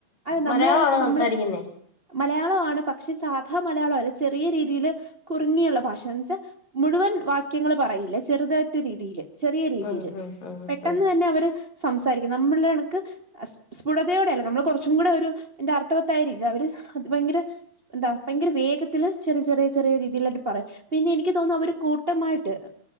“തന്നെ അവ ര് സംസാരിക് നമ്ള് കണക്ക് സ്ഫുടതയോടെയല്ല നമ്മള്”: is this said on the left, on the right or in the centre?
Right